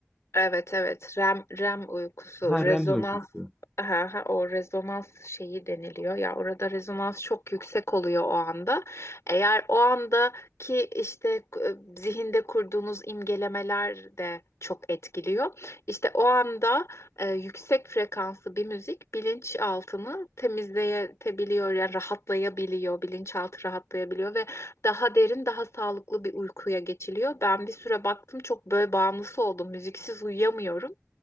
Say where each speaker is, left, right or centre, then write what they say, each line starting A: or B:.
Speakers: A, on the left (about 85°); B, in the centre.
A: Evet evet REM, REM uykusu
B: Ha
A: rezonans
B: REM uykusu.
A: aha, o rezonans şeyi deniliyor ya orada rezonans çok yüksek oluyor o anda. Eğer o andaki işte e, zihinde kurduğunuz imgelemeler de çok etkiliyor. İşte o anda e, yüksek frekanslı bir müzik bilinçaltını temizleyebiliyor yani rahatlayabiliyor bilinçaltı rahatlayabiliyor ve daha derin, daha sağlıklı bir uykuya geçiliyor. Ben bir süre baktım çok böyle bağımlısı oldum. Müziksiz uyuyamıyorum.